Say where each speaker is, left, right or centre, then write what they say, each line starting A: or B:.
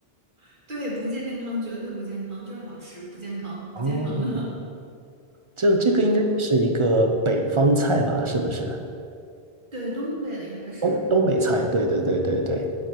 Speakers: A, on the right; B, on the right.
A: <laughs> 对，不健康，绝对不健康，就是好吃，不健康，
B: 哦，
A: 不健康的，
B: 这这个应该也是一个北方菜吧？
A: <laughs> 嗯，
B: 是不是？
A: 对，东北的应该是，
B: 东东北菜，对对对对对。